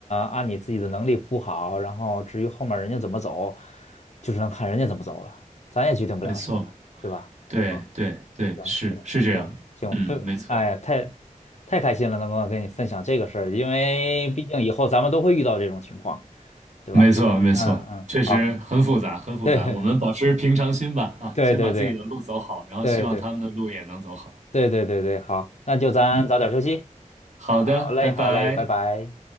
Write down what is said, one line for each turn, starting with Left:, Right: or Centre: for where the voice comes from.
Left: 按你自己的能力铺好，然后至于后面人家怎么走，就只能看人家怎么走了，咱也决定不了什么了，
Right: 没错，
Left: 对吧？
Right: 对对对，
Left: 好，行，
Right: 是是这样，
Left: 行行分，
Right: 嗯，没错。
Left: 哎呀，太太开心了，能够跟你分享这个事儿，因为毕竟以后咱们都会遇到这种情况，对吧？
Right: 没错，没错，
Left: 嗯嗯，
Right: 确实很复杂，
Left: 好，
Right: 很复杂。
Left: 对
Right: 我们保持平常心吧，
Left: <laughs>
Right: 啊，
Left: 对对对
Right: 先把自己的路走好，然后希望他们的路也能走好。
Left: 对对对对对对，好，那就咱早点休息。
Right: 嗯，好的，
Left: 好嘞，
Right: 拜拜。
Left: 好嘞，拜拜。